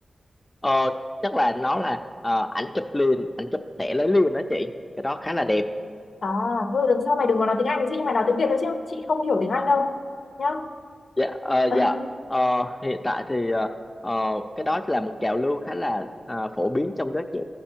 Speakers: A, on the left; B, on the left.
A: Ờ, chắc là nó là ờ, ảnh chụp liền, ảnh chụp thẻ lấy liền đó chị. Cái đó khá là đẹp.
B: à thôi lần sau mày đừng có nói tiếng Anh với chị nhưng mày nói tiếng Việt thôi chứ chị không hiểu tiếng Anh đâu nhá
A: Dạ, ờ,
B: <laughs>
A: dạ. Ờ, hiện tại thì ờ, ờ, cái đó là một trào lưu khá là ờ, phổ biến trong giới trẻ.